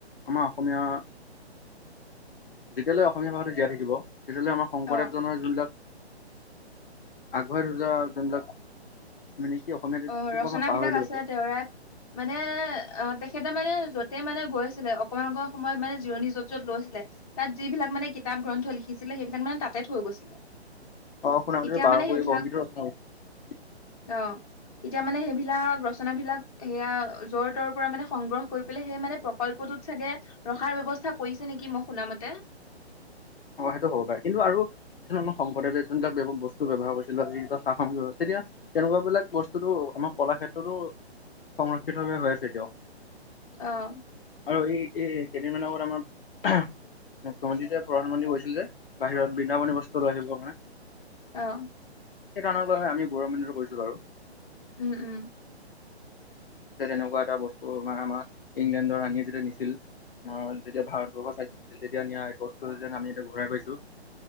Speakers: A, on the left (about 55°); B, on the left (about 35°).
A: আমাৰ অসমীয়া। যেতিয়ালৈ অসমীয়া ভাষাটো জীয়াই থাকিব। তেতিয়ালে আমাৰ শংদেৱজনৰ
B: অ
A: যোন বিলাক। আগঢ়াই থৈ যোৱা যোনবিলাক মানে, কি অসমীয়াত
B: অ
A: কি
B: ৰচনা
A: কয় মই পাহৰিলো
B: বিলাক আছে
A: বাৰু।
B: তেওঁৰে মানে এ তেখেতে তেখেতে মানে য'তে মানে গৈছিলে, অকণমান অকণমান সময়ত মানে জিৰণি য'ত য'ত লৈছিলে, তাত যিবিলাক মানে কিতাপ গ্ৰন্থ লিখিছিলে সেইবিলাক মানে তাতে থৈ গৈছিলে।
A: অ শুনামতে
B: এতিয়া
A: বাৰ
B: মানে সেইবিলাক
A: কুৰি বৰগীটৰ ৰচনা কৰিছিল।
B: অ এতিয়া মানে সেইবিলাক ৰচনাবিলাক সেয়া যৰ তৰ পৰা মানে সংগ্ৰহ কৰি পেলাই সেই মানে প্ৰকল্পটোত চাগে, ৰখাৰ ব্যৱস্থা কৰিছে নেকি মই শুনা মতে।
A: অ সেইটো হ'ব পাৰে কিন্তু আৰু কিছুমান আমাৰ শংকৰদেৱে যোনবিলাক বস্তু ব্যৱহাৰ কৰিছিল বা যি সা সামগ্ৰী ব্যৱহাৰ, তেতিয়া তেনেকুৱা বিলাক বস্তুোটো আমাৰ কলা ক্ষেত্ৰতো সংৰক্ষিতভাৱে হৈ আছে এতিয়াও।
B: অহ
A: ত এই কেইদিনমান আগত আমাৰ মুখ্যমন্ত্ৰী যে প্ৰধানমন্ত্ৰী কৈছিল যে বাহিৰত বৃন্দাৱনী বস্ত্ৰলৈ আহিবৰ কাৰণে।
B: অহ
A: সেইকাৰণ হৈ আমি গৌৰৱান্বিত অনুভৱ কৰিছো বাৰু
B: উম উম
A: যে তেনেকুৱা এটা বস্তু মানে আমাৰ ইংলেণ্ডৰ ৰানীয়ে যেতিয়া নিছিল অ তেতিয়া ভাৰতবৰ্ষ চাগে তেতিয়া নিয়া বস্তু এই যেন আমি এতিয়া ঘূৰাই পাইছোঁ।